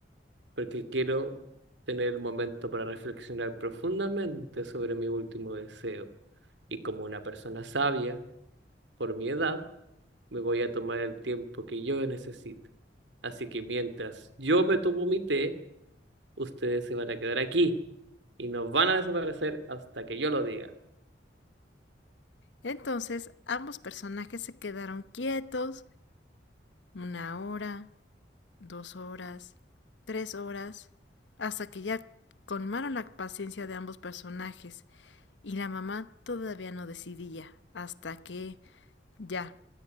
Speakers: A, on the right; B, on the left.
A: porque quiero tener el momento para reflexionar profundamente sobre mi último deseo. Y como una persona sabia, por mi edad, me voy a tomar el tiempo que yo necesite. Así que mientras yo me tomo mi té, ustedes se van a quedar aquí y nos van a desaparecer hasta que yo lo diga.
B: Entonces ambos personajes se quedaron quietos una hora, dos horas, tres horas, hasta que ya colmaron la paciencia de ambos personajes y la mamá todavía no decidía hasta que ya